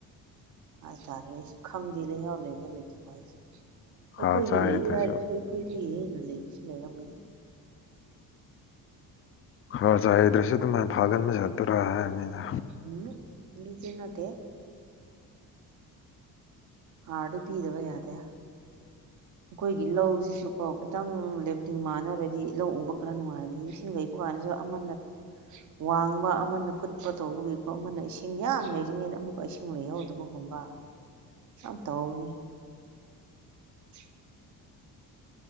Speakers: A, on the right; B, on the left.
A: ꯍꯥꯏꯇꯥꯔꯦ ꯑꯩꯁꯨ ꯈꯪꯗꯦ ꯂꯩꯍꯥꯎ ꯂꯩꯕ ꯂꯩꯇꯕ ꯍꯥꯏꯁꯦ ꯑꯩꯈꯣꯏꯒꯤ
B: ꯍꯥꯔ ꯆꯥꯏꯗ꯭ꯔꯁꯨ
A: ꯂꯩ ꯍꯥꯏꯔꯁꯨ ꯑꯩꯈꯣꯏꯗꯒꯤ ꯍꯦꯟꯅ ꯂꯩꯕꯁꯨ ꯂꯩꯔꯝꯒꯅꯤ
B: ꯍꯥꯔ ꯆꯥꯢꯗ꯭ꯔꯁꯨ ꯑꯗꯨꯃꯥꯏꯅ ꯐꯥꯒꯟꯕ ꯆꯠꯇꯨꯔꯥ ꯍꯥꯏꯕꯅꯤꯗ
A: ꯎꯝ ꯑꯗꯨꯗꯤ ꯅꯠꯇꯦ ꯍꯥꯔꯗꯤ ꯄꯤꯗꯕ ꯌꯥꯗꯦ ꯑꯩꯈꯣꯏꯒꯤ ꯂꯧꯁꯤꯁꯨ ꯀꯣ ꯈꯤꯇꯪ ꯂꯦꯕꯂꯤꯡ ꯃꯥꯟꯅꯔꯗꯤ ꯂꯧ ꯎꯕ ꯈꯔ ꯅꯨꯡꯉꯥꯏꯒꯅꯤ ꯏꯁꯤꯡ ꯂꯩꯕ ꯀꯥꯟꯗꯁꯨ ꯑꯃꯅ ꯋꯥꯡꯕ ꯑꯃꯅ ꯀꯨꯠ ꯄꯣ ꯇꯧꯕꯒꯤꯀꯣ ꯑꯃꯅ ꯏꯁꯤꯡ ꯌꯥꯝ ꯂꯩꯔꯤꯉꯩꯗ ꯑꯃꯨꯛꯀ ꯏꯁꯤꯡ ꯂꯩꯍꯧꯗꯕꯒꯨꯝꯕ ꯌꯥꯝ ꯇꯧꯕꯅꯦ <inaudible>